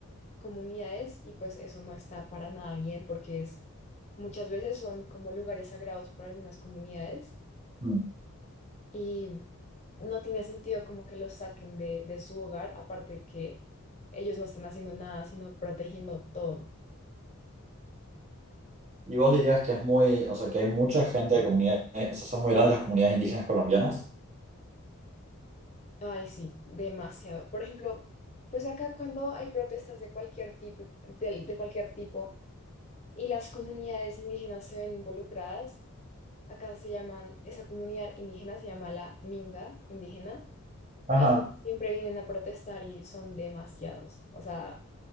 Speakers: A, on the left; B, on the right.
A: comunidades y pues eso no está para nada bien porque es muchas veces son como lugares sagrados para algunas comunidades
B: Mm.
A: y no tiene sentido como que los saquen de, de su hogar, aparte que ellos no están haciendo nada, sino protegiendo todo.
B: Y vos dirías que es muy, o sea, que hay mucha gente de comunidades, o sea, son muy grandes las comunidades indígenas colombianas.
A: Ay, sí, demasiado. Por ejemplo, pues acá cuando hay protestas de cualquier tipo, de, de cualquier tipo y las comunidades indígenas se ven involucradas, acá se llaman, esa comunidad indígena se llama la Minga indígena
B: Ajá.
A: Ellos siempre vienen a protestar y son demasiados, o sea,